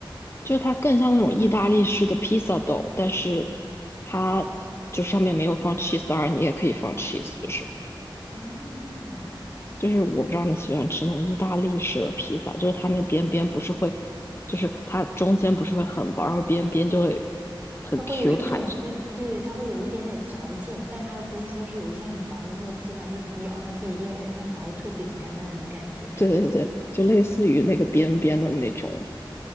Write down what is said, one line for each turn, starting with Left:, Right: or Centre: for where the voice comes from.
Left: 就是它更像那种意大利式的披萨豆，但是它就上面没有放 cheese，当然你也可以放 cheese，就是
Right: 嗯。
Left: 就是我不知道你喜欢吃那种意大利式的披萨，就是它那个边边不是会，就是它中间不是会很薄，然后边边就会很
Right: 它会有一种那对，
Left: Q 弹，
Right: 它会有一点点嚼劲，但它又不是说是有一些很薄的那个披萨，就是咬上去一定有点像薄脆饼干的那种感觉，对吧？
Left: 对对对对，就类似于那个边边的那种